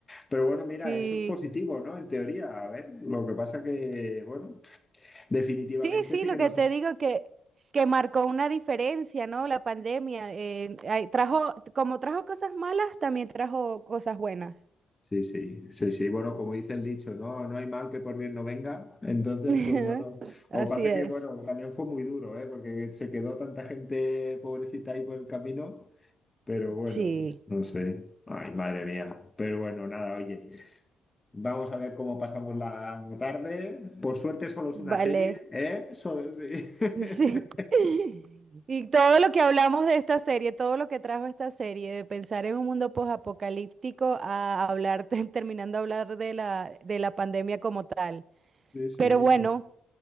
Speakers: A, on the left; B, on the right.
A: Pero bueno, mira,
B: sí.
A: eso es positivo, ¿no? En teoría, a ver, lo que pasa que, bueno, definitivamente
B: Sí, sí,
A: sí
B: lo
A: que
B: que
A: nos...
B: te digo que, que marcó una diferencia, ¿no? La pandemia eh, ay, trajo, como trajo cosas malas, también trajo cosas buenas.
A: Sí, sí, sí, sí. Bueno, como dice el dicho, no, no hay mal que por bien no venga. Entonces,
B: <laughs>
A: pues bueno, o
B: Así
A: pasa
B: es.
A: que, bueno, también fue muy duro, ¿eh? Porque se quedó tanta gente pobrecita ahí por el camino. Pero bueno,
B: Sí,
A: no sé. Ay, madre mía. Pero bueno, nada, oye. Vamos a ver cómo pasamos la tarde. Por suerte solo es
B: vale.
A: una serie, ¿eh? Solo- sí. <laughs>
B: Sí. <laughs> Y todo lo que hablamos de esta serie, todo lo que trajo esta serie, de pensar en un mundo posapocalíptico a hablar, <laughs> terminando de hablar de la, de la pandemia como tal.
A: Sí, sí,
B: Pero bueno,